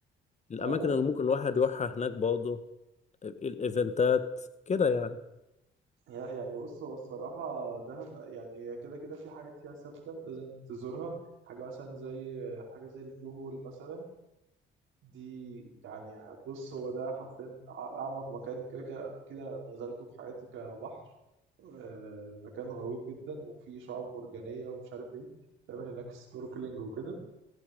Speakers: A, on the left; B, on the right.
A: الاماكن
B: اه لا
A: اللي ممكن الواحد يروحها هناك برضه الايفنتات كده يعني
B: هي- يعني بص هو الصراحة دهب يعني هي كده كده في حاجات فيها ثابتة لازم تزورها حاجة مثلا زي حاجة زي البلو هول مثلا دي يعني بص هو ده حرفيا أعمق مكان كده كده كده أنا نزلته في حياتي كبحر آه، مكان غويط جدا وفيه شعاب مرجانية ومش عارف إيه تعمل هناك سنوركلينج وكده